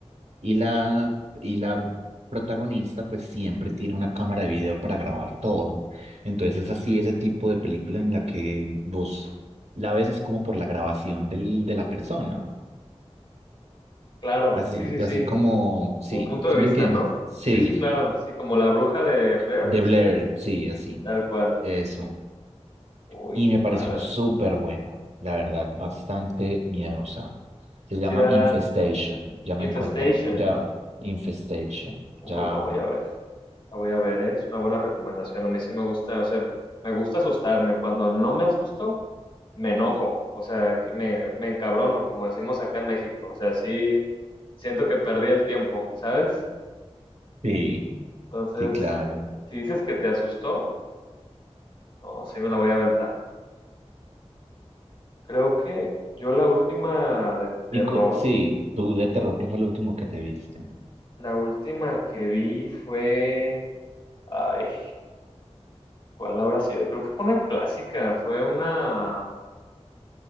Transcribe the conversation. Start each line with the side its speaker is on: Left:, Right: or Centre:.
Right: Y la, y la protagonista pues siempre tiene una cámara de video para grabar todo. Entonces es así ese tipo de película en la que vos la ves es como por la grabación del, de la persona.
Left: Claro,
Right: Así,
Left: sí, sí, sí.
Right: así como, sí,
Left: Un punto
Right: ¿sí
Left: de vista,
Right: me entiendes?
Left: ¿no?
Right: Sí,
Left: Sí, sí, claro. Sí, como la bruja de Blair,
Right: de
Left: ¿sí
Right: Blair,
Left: es eso?
Right: sí, así,
Left: Tal cual.
Right: eso.
Left: Uy,
Right: y
Left: qué
Right: me
Left: padre.
Right: pareció súper buena, la verdad, bastante miedosa. Se llama
Left: Sí, era
Right: Infestation, ya me encontré,
Left: Infestation.
Right: ya, Infestation,
Left: Uy,
Right: ya.
Left: la voy a ver. La voy a ver, ¿eh? Es una buena recomendación. A mí sí me gusta, o sea, me gusta asustarme. Cuando no me asusto, me enojo. O sea, que me, me encabrono, como decimos acá en México. O sea, sí siento que perdí el tiempo, ¿sabes?
Right: Sí,
Left: Entonces,
Right: sí, claro.
Left: si dices que te asustó, no, sí me la voy a aventar. Creo que yo la última de terror,
Right: Y cu- sí, tú de terror, ¿qué fue lo último que te viste?
Left: la última que vi fue... Ay, ¿cuál habrá sido? Creo que fue una clásica, fue una...